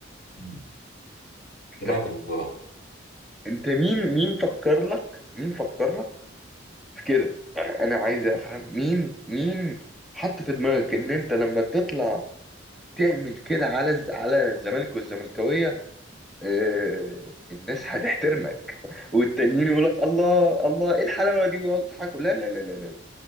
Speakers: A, on the left; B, in the centre.
A: مم.
B: انت
A: سمعت الموضوع ده
B: انت مين مين فكر لك مين فكر لك في كده يعني انا عايز افهم مين مين حط في دماغك ان انت لما تطلع تعمل كده على الز- على الزمالك والزملكاويه اه الناس هتحترمك <laughs> والتانيين يقول لك الله الله ايه الحلاوه دي ويقعدوا يضحكوا لا لا لا لا لا